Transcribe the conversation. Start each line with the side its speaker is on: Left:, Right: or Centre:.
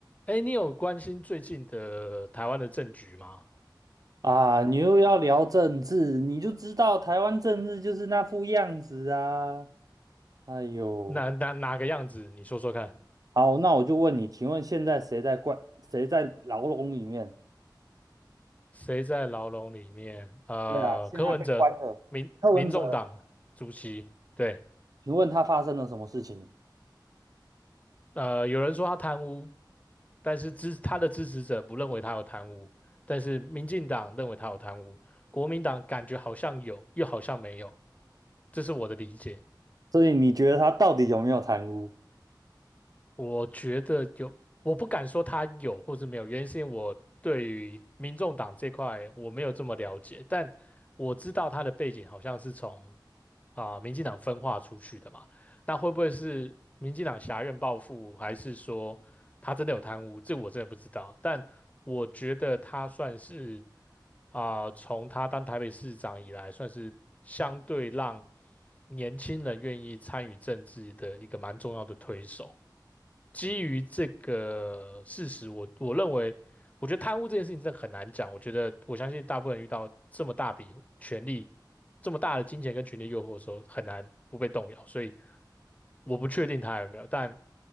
Left: 哎，你有关心最近的台湾的政局吗？
Right: 啊，你又要聊政治，你就知道台湾政治就是那副样子啊！哎呦，
Left: 哪哪哪个样子？你说说看，
Right: 好，那我就问你，请问现在谁在关，谁在牢笼里面？
Left: 谁在牢笼里面？呃，
Right: 对啊，现在被关了。
Left: 柯文哲，民民众党主席，
Right: 柯文哲，
Left: 对，
Right: 请问他发生了什么事情？
Left: 呃，有人说他贪污，但是支他的支持者不认为他有贪污，但是民进党认为他有贪污，国民党感觉好像有，又好像没有，这是我的理解。
Right: 所以你觉得他到底有没有贪污？
Left: 我觉得有，我不敢说他有或是没有，原因是因为我对于民众党这块我没有这么了解，但我知道他的背景好像是从啊、民进党分化出去的嘛，那会不会是民进党挟院报复，还是说他真的有贪污？这我真的不知道，但我觉得他算是啊、从他当台北市长以来，算是相对让年轻人愿意参与政治的一个蛮重要的推手。基于这个事实，我我认为，我觉得贪污这件事情真的很难讲。我觉得我相信大部分人遇到这么大笔权力、这么大的金钱跟权力诱惑的时候，很难不被动摇。所以我不确定他有没有，但